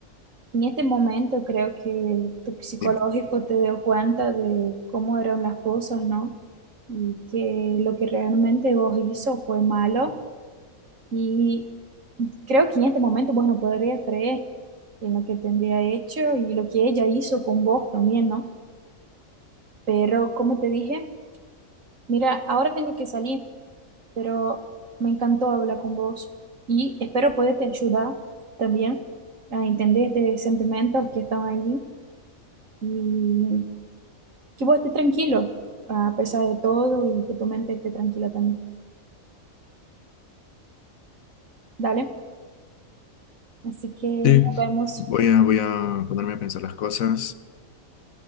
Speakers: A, on the right; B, on the left.
A: en este momento creo que tu psicológico
B: dime.
A: te dio cuenta de cómo eran las cosas, ¿no? Y que lo que realmente vos hizo fue malo. Y creo que en este momento vos no podrías creer en lo que tendría hecho y lo que ella hizo con vos también, ¿no? Pero como te dije, mira, ahora tengo que salir, pero me encantó hablar con vos y espero poderte ayudar también a entender estos sentimientos que están allí y que vos estés tranquilo a pesar de todo y que tu mente esté tranquila también. Dale, así que
B: Sí,
A: nos vemos.
B: voy a, voy a ponerme a pensar las cosas.